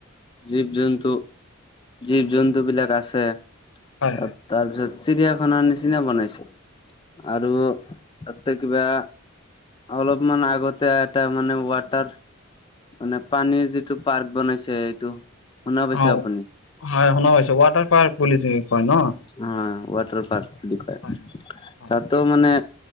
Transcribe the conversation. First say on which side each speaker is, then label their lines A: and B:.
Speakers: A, on the left; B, on the left.
A: জীৱ জন্তু জীৱ জন্তু বিলাক আছে তা
B: হয় হয়
A: তাৰপিছত চিৰিয়াখানাৰ নিচিনা বনাইছে আৰু তাতে কিবা অলপমান আগতে এটা মানে ৱাটাৰ মানে পানীৰ যিটো পাৰ্ক বনাইছে এইটো শুনা পাইছে
B: অ
A: আপুনি
B: হয় শুনা পাইছো ৱাটাৰ পাৰ্ক বুলি যি কয় ন
A: অ ওৱাটাৰ পাৰ্ক বুলি কয়
B: হয় হয়
A: তাতো মানে